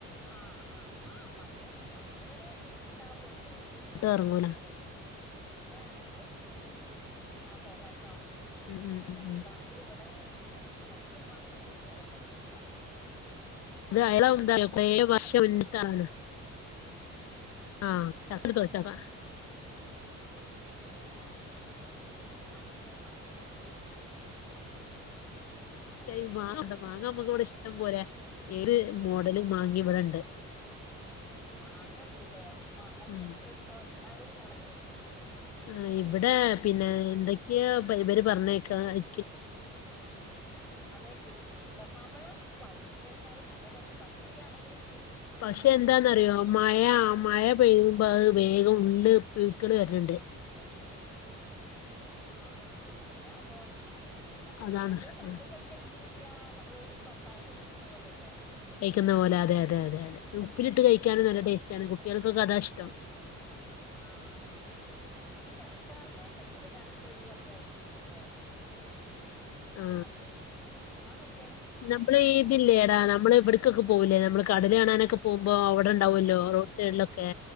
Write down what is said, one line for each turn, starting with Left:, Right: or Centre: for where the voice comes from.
Centre: ആഹ് ആഹ് ആഹ് മതിയല്ലോ അത്ര വരെ ഇണ്ടാവോള്ളൂ എല്ലാസ്തും
Left: ഒട്ടും ഇറങ്ങൂല
Centre: അങ്ങനെയാണെങ്കില് ഞാൻ വരാട്ടോ
Left: ഉം ഉം ഉം
Centre: നെനക്കാണെങ്കില്
Left: ഉം.
Centre: ഇവ ടെ പിന്നെ ചക്കിം മാങ്ങിയൊക്കണ്ട് അതൊക്കെ എട്ക്കുന്നോ
Left: ഇത് അയാളെ <unintelligible> കൊറേ വർഷം
Centre: പിടിച്ച്
Left: മുന്നിക്കാണ് ആഹ് ചക്കെട്ത്ത്
Centre: അതെല്ലേ
Left: <unintelligible>
Centre: ചക്കേം മാങ്ങേം വേണോ ഏ
Left: <unintelligible> മാങ്ങണ്ട് മാങ്ങാ നമ്മക്ക് ഇവിടെ ഇഷ്ടം പോലെ ഏത് മോഡലു മാങ്ങിം ഇവടെണ്ട്
Centre: മാങ്ങണ്ട്ല്ലേ എന്നാ മാങ്ങെന്ന്
Left: ഉം.
Centre: എനിക്ക്യിട്ത്തൊ ഇവടെ ആകെ ഒരു മോഡലേള്ളു
Left: ആഹ് ഇവടെ പിന്നെ എന്തൊക്ക്യയൊ ഇബല് ഇവര് പറഞ്ഞേക്കാ അഹ്
Centre: ഉം അതെ കിളിച്ചുണ്ടൻ മാമ്പഴം പഴുത്ത് കഴിഞ്ഞാല് നല്ല ടേസ്റ്റാ പ ച്ചക്ക്യാണെങ്കിലും
Left: പക്ഷെ എന്താന്നറിയോ മഴ മഴ പെയ്യുമ്പോ അഹ് വേഗം ഉള്ള് പുഴുക്കള് വരുന്നുണ്ട്
Centre: ആഹ് അങ്ങനെയാവുമ്പോ പറ്റൂല
Left: അതാണ്
Centre: പക്ഷെ അത് പച്ചക്ക്
Left: ഉം.
Centre: കഴിക്കാന ന്തു രുചിയാ നമ്മള് ഈ പപ്പായൊക്കെ കഴിക്കുന്ന പോലെയല്ലേ
Left: കഴിക്കുന്ന പോലെ അതെ അതെ അതെ ഉപ്പിലിട്ട് കഴിക്കാനും നല്ല
Centre: അത്
Left: ടേസ്റ്റാണ്
Centre: ടേസ്റ്റാ
Left: കുട്ടികൾക്കൊക്കെ അതാണ് ഇഷ്ടം
Centre: ആഹ് പക്ഷെ എനിക്ക് അച്ചാറിനും ഉപ്പിലിടാനൊക്കെ ഒരു അത്യാവശ്യം പുളി വേണം
Left: ആ
Centre: നമുക്ക് ഇങ്ങനെ ചുമ്മാ കഴിക്ക
Left: നമ്മള് ഇതില്ലേടാ നമ്മള് ഇവിടക്കൊക്കെ പോകൂല്ലേ നമ്മള് കടൽ കാണാനൊക്കെ പോകുമ്പോ അവിടെണ്ടാവല്ലോ
Centre: ആഹ് ആഹ്
Left: റോഡ് സൈഡിലൊക്കെ